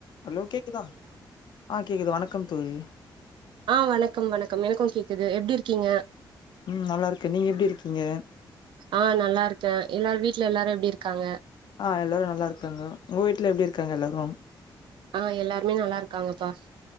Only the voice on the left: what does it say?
Hello கேக்குதா ஆ கேக்குது வணக்கம் தோழி
ம் நல்லா இருக்க நீங்க எப்டி இருக்கீங்க
ஆ எல்லாரு நல்லா இருக்காங்க உங்க வீட்ல எப்டி இருக்காங்க எல்லாரு